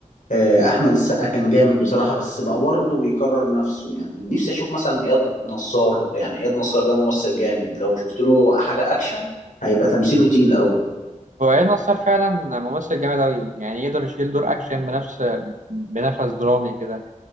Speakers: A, on the left; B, on the right.
A: آه، احمد السقا كان جامد بصراحة بس بقى برضه بيكرر نفسه يعني نفسي اشوف مثلا اياد نصار يعني اياد نصار ده ممثل جامد لو شفت له حاجة اكشن هيبقى تمثيله تقيل قوي
B: هو ايه نصار فعلا ممثل جامد أوي يعني يقدر يشيل دور أكشن بنفس بنفس درامي كده